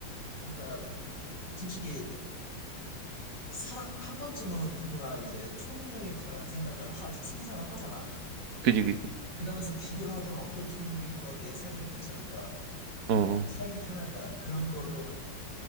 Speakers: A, on the left; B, on the right.
A: 그러니까 뭐 솔직히 사람 한 번쯤은 누구나 이제 초능력에 관한 생각을 하, 상상을 하잖아.
B: 그지 그지.
A: 그러면서 비교를 하잖아. 어떤 초능력이 더 내 삶에 괜찮을까?
B: 어. 어.
A: 살기 편할까? 그런 거를